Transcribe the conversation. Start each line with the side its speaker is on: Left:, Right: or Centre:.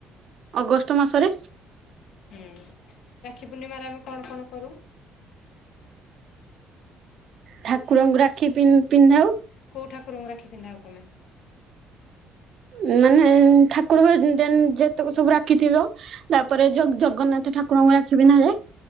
Right: ଅଗଷ୍ଟ ମାସରେ।
Left: ହୁଁ ରାକ୍ଷୀ ପୂର୍ଣ୍ଣିମାରେ ଆମେ କଣ କଣ କରୁ।
Right: ଠାକୁରଙ୍କୁ ରାକ୍ଷୀ ପିନ୍ ପିନ୍ଧାଉ।
Left: କୋଉ ଠାକୁରଙ୍କୁ ରାକ୍ଷୀ ପିନ୍ଧାଅ ତମେ।
Right: ଉଁ ମାନେ ଠାକୁର ଘରେ ଜେନ୍ ଯେତକ ସବୁ ରାକ୍ଷୀଥିବ। ତାପରେ ଜଗ ଜଗନ୍ନାଥ ଠାକୁରଙ୍କୁ ରାକ୍ଷୀ ପିନ୍ଧାଯାଏ।